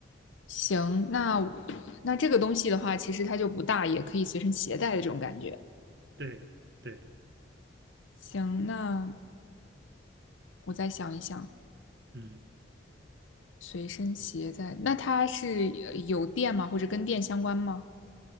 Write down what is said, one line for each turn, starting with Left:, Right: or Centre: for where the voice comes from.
Left: 行，那我那这个东西的话，其实它就不大，也可以随身携带的这种感觉。
Right: 对对，
Left: 行，那我再想一想，
Right: 嗯，
Left: 随身携带，那它是呃有电吗？或者跟电相关吗？